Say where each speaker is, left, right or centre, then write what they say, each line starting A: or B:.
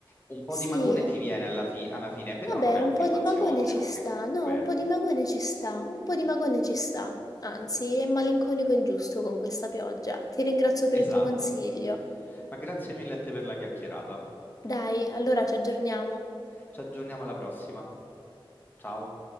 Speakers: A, on the left; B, on the left.
A: un po'
B: Sì,
A: di magone ti viene alla, fi- alla fine, però
B: vabbè,
A: non è
B: un
A: un
B: po'
A: film
B: di
A: ansiogeno
B: magone ci sta,
A: che comunque...
B: no, un po' di magone ci sta, un po' di magone ci sta. Anzi, è malinconico il giusto con questa pioggia. Ti ringrazio per
A: Esatto.
B: il tuo consiglio.
A: Ma grazie mille a te per la chiacchierata.
B: Dai, allora ci aggiorniamo.
A: Ci aggiorniamo alla prossima. Ciao.